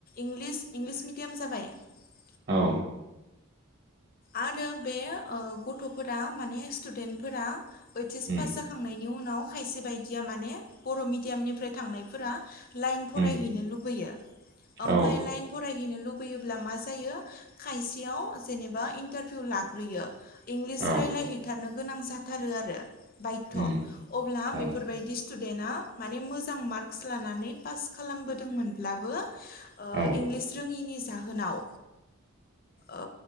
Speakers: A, on the left (about 40°); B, on the right (about 40°).
A: इंलिस इंलिस मिडियाम जाबाय <unintelligible>
B: औ
A: आरो बे ओ गथ'फोरा माने स्टुडेन्टफोरा ओइटस
B: उम
A: पास जाखांनाय नि उनाव खायसे बायदिया माने बर' मिडयामनिफ्राय थांनायफोरा लाइन फरायहैनो
B: उम
A: लुबैयो ओमफ्राय
B: औ
A: लाइन फराय हैनो लुबैयोब्ला मा जायो खायसेयाव जेनेबा इन्टारभिउ लाग्रोयो इंलिस
B: औ
A: रायज्लायहैथारनो गोनां जाथारो आरो बायध'
B: उम
A: अब्ला
B: औ
A: बेफोरबायदि स्टुदेन्ट आ माने मोजां मार्कस लानानै पास खालामबोदोंमोनब्लाबो ओ
B: औ
A: इंलिस रोङिनि जाहोनाव ओ